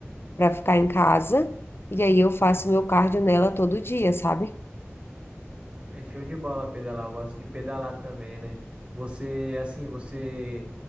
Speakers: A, on the left (about 55°); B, on the right (about 25°).
A: para ficar em casa, e aí eu faço meu cardio nela todo dia, sabe?
B: É show de bola pedalar, eu gosto de pedalar também, né? Você, assim, você